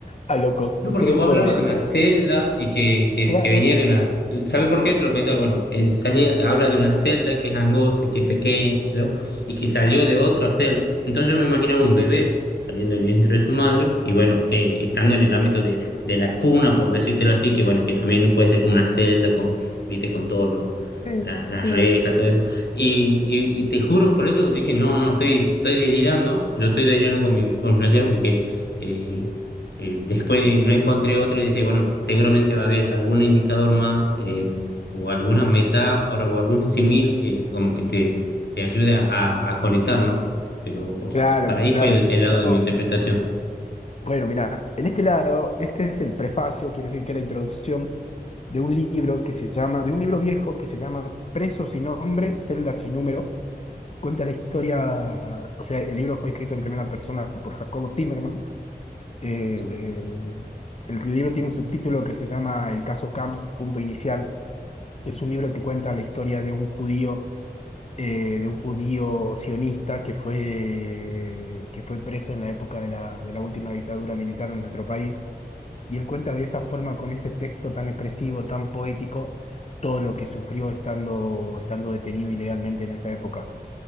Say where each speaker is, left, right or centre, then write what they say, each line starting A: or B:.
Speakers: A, on the left (about 40°); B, on the left (about 85°).
A: a lo concreto
B: No, porque vos hablabas
A: de...
B: de
A: de-
B: una celda y que, que,
A: Claro,
B: que venía de una... ¿Sabes por qué? Lo pensaba, bueno, eh, salía, habla de una celda que es angosta, que es pequeña, qué sé yo, y que salió de otra celda. Entonces yo me imaginaba un bebé saliendo del vientre de su madre y bueno, eh, estando en el ámbito de, de la cuna, por decírtelo así, que bueno, que también puede ser como una celda con, viste, con todos los...
A: sí,
B: Las, las
A: sí.
B: rejas, todo eso. Y, y, y te juro, por eso dije, no, no, estoy, estoy delirando, yo estoy delirando con mi, con mi flashero porque... eh, eh, después no encontré otro y dice, bueno, seguramente va a haber algún indicador más eh, o alguna metáfora o algún simil que como que te, te ayude a, a conectar, ¿no? Pero
A: Claro,
B: para ahí
A: claro.
B: fue el, el lado
A: No.
B: de mi interpretación.
A: Bueno, mira, en este lado, este es el prefacio, quiere decir que es la introducción de un libro que se llama, de un libro viejo que se llama Preso sin nombre, célula sin número. Cuenta la historia, o sea, el libro fue escrito en primera persona por Jacobo Timerman. Eh,
B: Sí,
A: eh, el libro tiene un subtítulo que se llama El caso Camps, punto inicial. Es un libro que cuenta la historia de un judío eh, de un judío sionista que fue, que fue preso en la época de la, de la última dictadura militar en nuestro país. Y él cuenta de esa forma, con ese texto tan expresivo, tan poético, todo lo que sufrió estando, estando detenido ilegalmente en esa época.